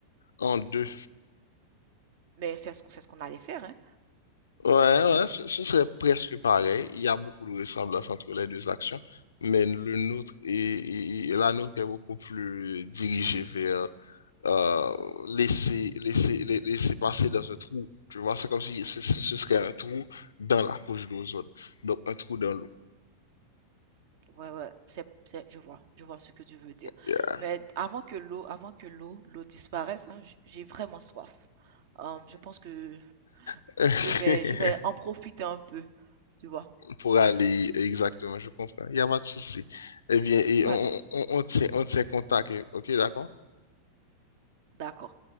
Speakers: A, on the left; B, on the right.
A: en deux.
B: mais c'est ce, qu'on- c'est ce qu'on allait faire, hein.
A: Ouais, ouais, ce, ce serait presque pareil. Il y a beaucoup de ressemblances entre les deux actions, mais le nôtre est, est- est- la nôtre est beaucoup plus dirigée vers euh, laisser, laisser, la- laisser passer dans un trou. Tu vois, c'est comme si ce, ce- ce serait
B: Genre,
A: un trou dans la couche d'ozone, donc un trou dans l'eau.
B: ouais, ouais, c'est, c'est- je vois, je vois ce que tu veux dire.
A: Yeah.
B: Mais avant que l'eau, avant que l'eau, l'eau disparaisse, hein, j- j'ai vraiment soif. Euh, je pense que
A: <laughs>
B: je vais, je vais en profiter un peu, tu vois.
A: Pour aller exactement, je comprends. Il n'y a pas de souci. Eh bien, et
B: Pas
A: on,
B: de, sou-
A: on, on tient, on tient contact. eh, Ok, d'accord?
B: d'accord.